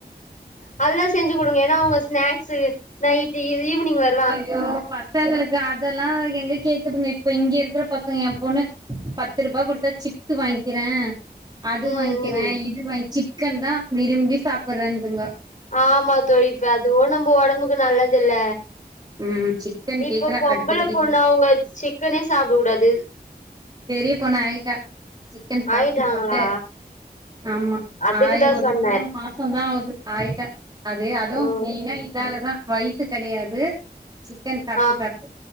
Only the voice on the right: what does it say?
அய்யோ பசங்களுக் அதெல்லா எங்க கேக்குதுங்க இப்ப இங்க இருக்குற பசங்க என் பொண்ணு பத்ருபா குடுத்தா சி ட்டு வாங்கிற அது
வாங்கிறே
இது வாங்கி சிக்கன்தா விரும்பி சாப்புடுறேன்துங்க
ம் சிக்கன்
கேக்குறா
அடிக்கடிக்கு
பெரிய பொண் ஆய்ட்டா சிக்கன் சாப்ட்டு
சாப்ட்டு ஆமா
ஆயி ஒரு
மூணு மாசோ கஸ்டோந்தா ஆவுது ஆயிட்ட அது அதுவு
மெயினா இதாலதா வயசு கெடையாது சிக்கன் சாப்ட்டு
சாப்ட்டு